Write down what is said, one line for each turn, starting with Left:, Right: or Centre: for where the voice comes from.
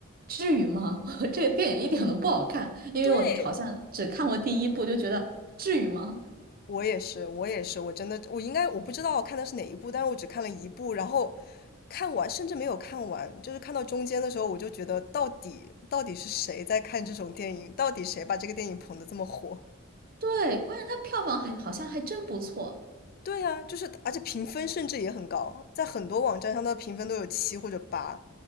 Right: 至于吗？<laughs> 这个电影一点都不好看，因为我好像只看过第一部，
Left: 对，
Right: 就觉得至于吗？
Left: 我也是，我也是，我真的，我应该我不知道我看的是哪一部，但是我只看了一部，然后看完甚至没有看完，就是看到中间的时候，我就觉得到底到底是谁在看这种电影，到底谁把这个电影捧得这么火？
Right: 对，关键它票房还好像还真不错。
Left: <laughs> 对啊，就是而且评分甚至也很高，在很多网站上的评分都有七或者八，